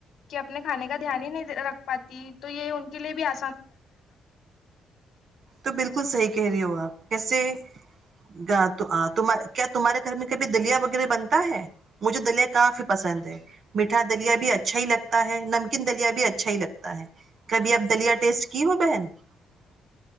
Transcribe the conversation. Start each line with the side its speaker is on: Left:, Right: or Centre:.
Left: کہ اپنے کھانے کا دھیان ہی نہیں رکھ پاتی تو یہ ان کے لیے بھی آ
Right: تو بالکل صحی کہہ رہی ہو آپ کیسے کیا تمہارے گھر میں کبھی دلیا وغیرہ بنتا ہے مجھے دلیا کافی پسند ہے میٹھا دلیا بھی اچھا ہی لگتا ہے نمکین دلیا بھی اچھا ہی لگتا ہے ہے کبھی اب دلیا ٹیسٹ کی ہو بہن <unintelligible>